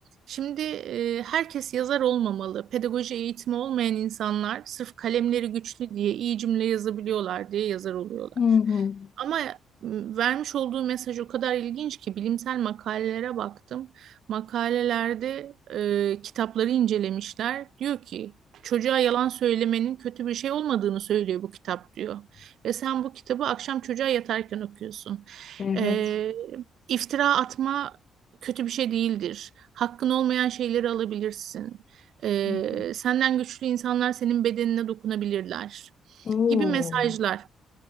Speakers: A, on the right (about 70°); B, on the left (about 50°).
A: şimdi e, herkes yazar olmamalı. Pedagoji eğitimi olmayan insanlar sırf kalemleri güçlü diye, iyi cümle yazabiliyorlar diye yazar oluyorlar.
B: Hı hı.
A: Ama m, vermiş olduğu mesaj o kadar ilginç ki bilimsel makalelere baktım makalelerde e, kitapları incelemişler. Diyor ki çocuğa yalan söylemenin kötü bir şey olmadığını söylüyor bu kitap diyor. Ve sen bu kitabı akşam çocuğa yatarken okuyorsun.
B: Evet.
A: E, iftira atma kötü bir şey değildir. Hakkın olmayan şeyleri alabilirsin. E,
B: Hı hı.
A: senden güçlü insanlar senin bedenine dokunabilirler
B: Oo,
A: gibi mesajlar.